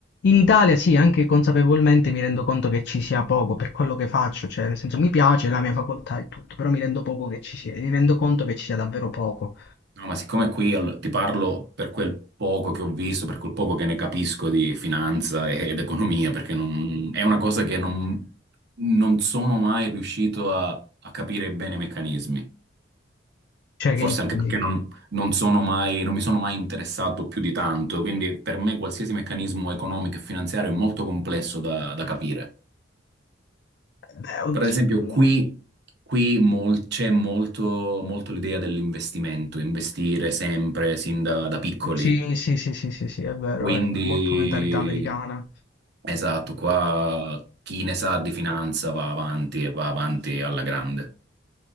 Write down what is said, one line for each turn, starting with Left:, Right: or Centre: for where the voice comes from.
Left: In Italia sì, anche consapevolmente mi rendo conto che ci sia poco per quello che faccio, cioè nel senso mi piace la mia facoltà e tutto, però mi rendo poco che ci sia, mi rendo conto che ci sia davvero poco,
Right: No, ma siccome qui al- ti parlo per quel poco che ho visto, per quel poco che ne capisco di finanza e- ed economia, perché non- è una cosa che non, non sono mai riuscito a, a capire bene i meccanismi.
Left: cioè che...
Right: Forse anche
Left: in-
Right: perché non, non sono mai- non mi sono mai interessato più di tanto, quindi per me qualsiasi meccanismo economico e finanziario è molto complesso da, da capire.
Left: Beh, oddio.
Right: Per esempio, qui, qui mol- c'è molto, molto l'idea dell'investimento, investire sempre sin da da piccoli.
Left: Sì, sì, sì, sì, sì, sì, è vero,
Right: Quindi,
Left: è molto mentalità americana.
Right: esatto, qua chi ne sa di finanza va avanti e va avanti alla grande.